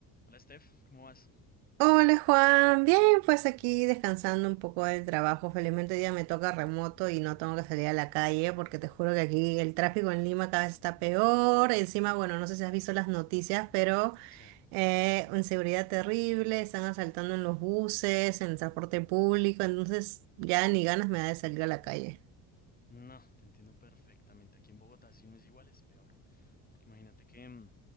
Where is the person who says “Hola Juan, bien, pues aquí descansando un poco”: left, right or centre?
Right